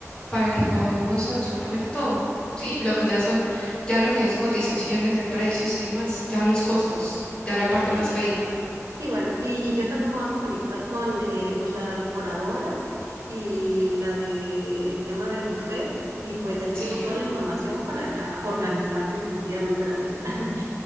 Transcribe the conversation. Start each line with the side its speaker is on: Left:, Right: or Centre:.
Left: para que cuadremos absolutamente todo. Sí, lo que ya son, ya lo que es cotizaciones de precios y demás, ya los costos, ya la parte
Right: Sí,
Left: más
Right: sí.
Left: feita.
Right: Sí, bueno, y, y yo también me voy a comunicar con eh, pues la decoradora y la de el tema del buffet, y pues ya te
Left: Sí,
Right: llevo toda la información para ya organizar definitivamente la fiesta. <laughs>